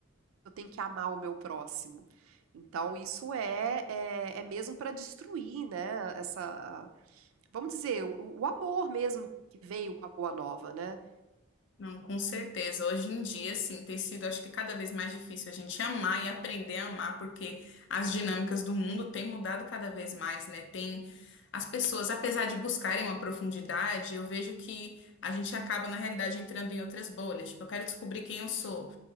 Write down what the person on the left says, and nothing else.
Não, com certeza. Hoje em dia, sim, tem sido, acho que cada vez mais difícil a gente amar e aprender a amar, porque as dinâmicas do mundo têm mudado cada vez mais, né? Tem as pessoas, apesar de buscarem uma profundidade, eu vejo que a gente acaba, na realidade, entrando em outras bolhas. Tipo, eu quero descobrir quem eu sou.